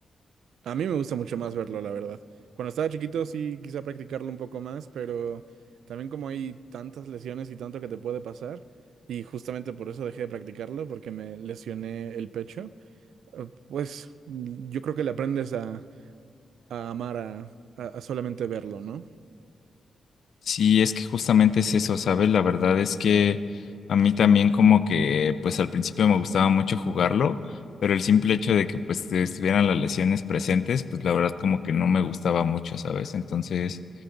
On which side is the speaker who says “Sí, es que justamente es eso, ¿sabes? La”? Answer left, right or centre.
Left